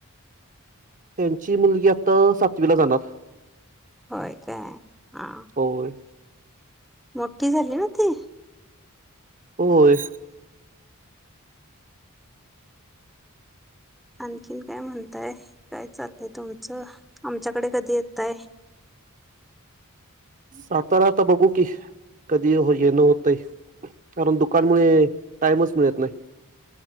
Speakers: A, on the right (about 35°); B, in the centre.
A: त्यांची मुलगी आता सातवीला जाणार
B: होय काय हा
A: होय
B: मोठी झाली ना ती
A: होय.
B: आणखीन काय म्हणताय काय चालतय तुमचं आमच्याकडे कधी येताय.
A: सातारा आता बघू की कधी य ये न होतय कारण दुकान मुळे टाइमच मिळत नाही.